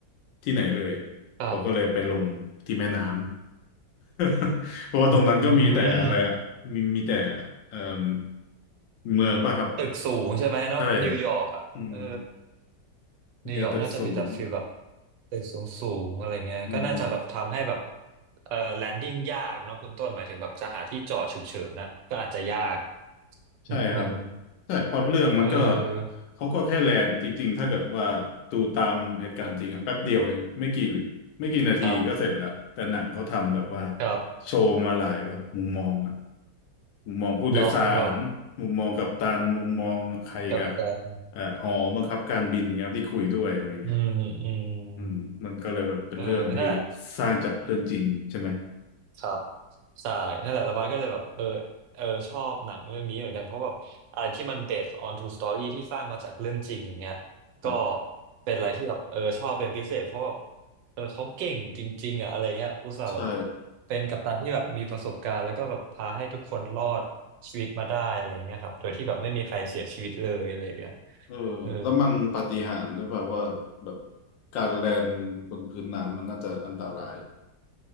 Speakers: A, on the left; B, on the right.
A: ที่ไหนเลย
B: ครับ
A: เขาก็เลยไปลงที่แม่น้ำ <laughs> เพราะว่าตรงนั้นก็มีแต่อะไรอ่ะมีมีแต่
B: อืม
A: เอ่มเมืองป่ะครับ
B: ตึกสูงใช่ไหมเนาะนิวยอร์กอ่ะเออ
A: ใช่อืม
B: นิวยอร์กน่าจะมีแต่ฟีลแบบ
A: มีแต่ตึกสูง
B: ตึกสูงสูงอะไรเงี้ยก็น่าจะแบบทำให้แบบ
A: อืม
B: เอ่อแลนดิ้งยากเนาะคุณต้นหมายถึงแบบจะหาที่จอดฉุกเฉินน่ะก็อาจจะยาก
A: ใช่ครับ
B: นิดนึง
A: ใช่เพราะเรื่องมันก็
B: เออ
A: เขาก็แค่แลนจริงๆถ้าเกิดว่าดูตามเหตุการณ์จริงอะแป๊บเดียวเองไม่กี่ไม่กี่นาทีก็เสร็จแล้วแต่หนังเขาทำแบบว่า
B: ครับครับ
A: โชว์มาหลายแบบมุมมองอะมุมมองผู้โดยสารมุมมองกัปตันมุมมองใครกะ
B: เนาะแบบกับการ
A: เอ่อหอบังคับการบินเงี้ยที่คุยด้วยอะไรเงี้ย
B: อืมอืม
A: อืมมันก็เลยแบบเป็นเรื่องที่
B: เออนั่นแหละ
A: สร้างจากเรื่องจริงใช่ไหม
B: ครับใช่นั่นแหละแล้วบัสก็เลยแบบเออเออชอบหนังเรื่องนี้เหมือนกันเพราะแบบอะไรที่มัน based on true story ที่สร้างมาจากเรื่องจริงอย่างเงี้ย
A: ครับ
B: ก็เป็นอะไรที่แบบเออชอบเป็นพิเศษเพราะแบบเออเขาเก่งจริงๆอ่ะอะไรเงี้ยอุตส่าห์แบบ
A: ใช่
B: เป็นกัปตันที่แบบมีประสบการณ์แล้วก็แบบพาให้ทุกคนรอดชีวิตมาได้อะไรเงี้ยครับโดยที่แบบไม่มีใครเสียชีวิตเลยอะไรเงี้ย
A: เออแล้วมันปาฏิหาริย์ด้วยเปล่าว่าแบบ
B: เออ
A: การแลนบนพื้นน้ำมันน่าจะอันตราย